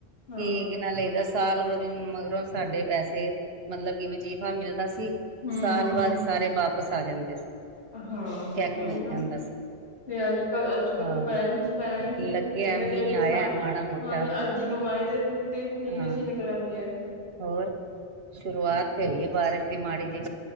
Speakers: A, on the left (about 70°); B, on the right (about 65°).
A: ਹਾਂ
B: ਕਿ ਏਨਾ ਲਈਦਾ ਸਾਲ ਮਗਰੋ ਸਾਡੇ ਪੈਸੇ ਮਤਲਬ ਕਿ ਵਜੀਫਾ ਮਿਲਦਾ- ਸੀ
A: ਹੂੰ-ਹੂੰ
B: ਸਾਲ ਬਾਅਦ ਸਾਰੇ ਵਾਪਿਸ ਆ ਜਾਂਦੇ ਸੀ।
A: ਹਾਂ
B: ਚੈੱਕ
A: ਫੇ
B: ਮਿਲ
A: ਓਹੀ ਨਾ
B: ਜਾਂਦਾ
A: ਫੇ
B: ਸੀ
A: ਫੇਰ ਅੱਜ ਕੱਲ ਅੱਜ ਕੱਲ
B: ਹਾਂ
A: ਬੈਂਕ ਬਲਾਂਸ
B: ਲੱਗਿਆ
A: ਈ- ਕਹਿੰਦਾ
B: ਮੀਂਹ ਆਇਆ
A: ਸਾਹ
B: ਮਾੜਾ ਮੋਟਾ
A: ਉਹ ਨੇ ਅੱਜ ਹੀ ਕਮਾਈ ਦੇ- ਤੇ ਫੀ
B: ਹਾਂ
A: ਵਿੱਚ ਹੀ ਨਿਕਲ ਆਂਦੀ ਹੈ
B: ਹੋਰ ਸ਼ੁਰੂਆਤ- ਹੋਈਏ ਬਾਰਸ਼ ਦੀ ਮਾੜੀ ਜੀ।